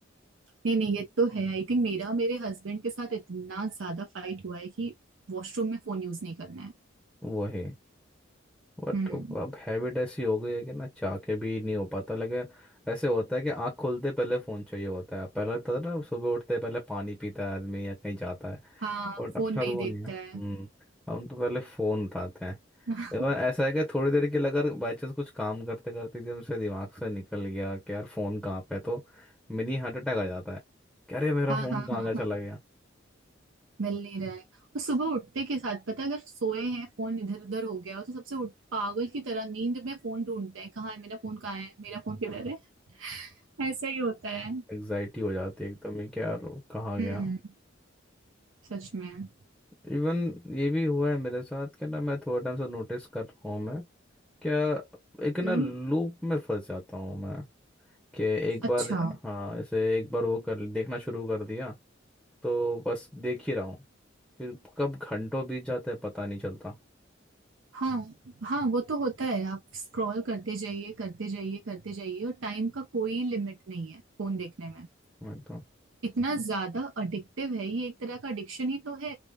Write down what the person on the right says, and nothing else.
नहीं नहीं ये तो है आई थिंक मेरा मेरे हस्बैंड के साथ इतना ज्यादा फाइट हुआ है कि वॉशरूम में फोन यूज नहीं करना है
हम्म
हाँ
फोन
नहीं
देखता
है
<laughs>
हाँ
हाँ
हाँ
हाँ
मिल नहीं रहा है और सुबह उठते के साथ पता है अगर सोए हैं फोन इधर उधर हो गया हो तो सबसे उठ पागल की तरह नींद में फोन ढूंढते हैं कहाँ है मेरा फोन कहाँ है मेरा फोन किधर है ऐसा ही होता है
हम्म सच में
हम्म
अच्छा
हाँ हाँ वो तो होता है आप स्क्रॉल करते जाइए करते जाइए करते जाइए और टाइम का कोई लिमिट नहीं है फोन देखने में
इतना ज्यादा अडिक्टिव है ये एक तरह का एडिक्शन ही तो है